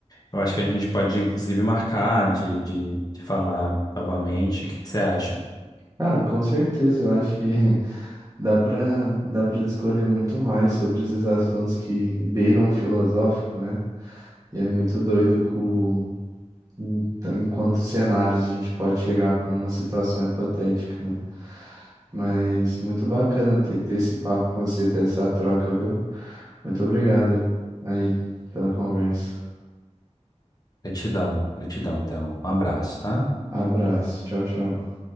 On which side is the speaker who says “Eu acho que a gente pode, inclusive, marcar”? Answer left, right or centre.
Left